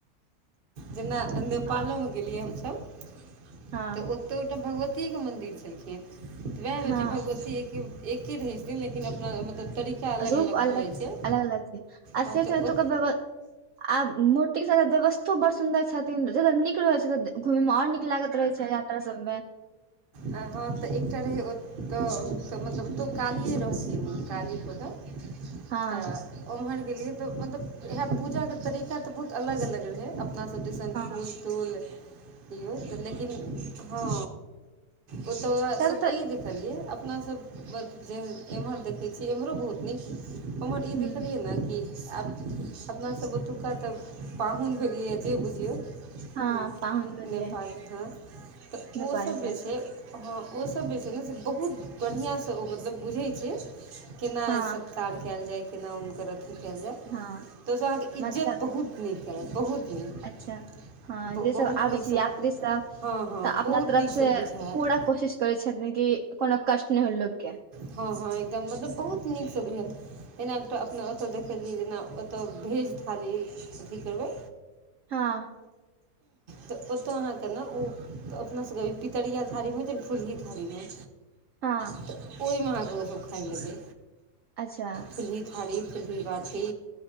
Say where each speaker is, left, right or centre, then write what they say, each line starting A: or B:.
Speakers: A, on the right (about 40°); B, on the right (about 60°).
A: जेना नेपालोमे
B: हँ
A: गेलियै हमसभ तऽ
B: हँ
A: ओ तऽ एकटा भगवतिये मन्दिर छलखिन तऽ वएह होइत
B: हँ
A: छै भगवतीे एक एके रहै छथिन लेकिन अपना मतलब तरीका
B: रूप अलग
A: भऽ जाइ छै
B: अलग अलग छै
A: हँ तऽ
B: आत
A: ओ
B: व आ ा व्यवस्थो बड सुदर छथिन जत नीक रहे छै तऽ घूमे में और नीक लागत रहे छै यात्रा सब में
A: आ हँ तऽ एकटा रहै ओ तऽ तऽ मतलब तौ कालिए रहथिन ने काली पदऽ
B: हँ
A: तऽ ओम्हर गेलियै तऽ मतलब इएह पूजाके तरीका तऽ बहुत अलग अलग रहै अपना सबटइसन
B: हँ
A: फूल तूल इौ तऽ लेकिन हँ ओतय
B: सब
A: ओतय
B: तऽ
A: ई देखलियै अपनासभ बस जे एम्हर देखैत छियै एम्हरो बहुत नीक हमर ई
B: ह
A: देखलियै ने कि आब अपनासभ ओतुका तऽ पाहुन भेलैए जे बुझियौ ह
B: हँ पाहुन भेलियै
A: नेपाल हँ तऽ
B: नेपाल
A: ओ
B: के
A: से हँ ओस जे छै ने से बहुत बढ़िआँसँ ओ मतलब बुझै छै केना
B: हँ
A: सत्कार कयल जाय केना हुनकर अथी कयल जाय
B: हँ
A: तऽ ओहिसँ अहाँके इज्जत
B: मतलब
A: बहुत नीक करत बहुत नीक
B: अच्छा हँ
A: बहुत
B: जे सब आबै
A: नीकसँ
B: छै यात्री सब
A: हँ हँ
B: तऽ
A: बहुत
B: अपना तरफ
A: नीकसँ
B: से
A: बुझायत
B: पूरा कोशिश करै छथिन क कोनो कष्ट नहि होल लोकोग के
A: हँ हँ एकदम मतलब बहुत नीक सँ भेत एेना एकटाऽ अपना ओतय देखलियै जेना ओतय भेज थाली अथी करबै
B: हँ
A: तऽ ओतो अहाँ के ना ओ अपना सबके पितरििया थारीमे छै फूलही थारीमे
B: हँ
A: तऽ ओहिमे अहाँके ओस खाइ लेबै
B: अच्छा
A: फलही थारी फूलही बाटी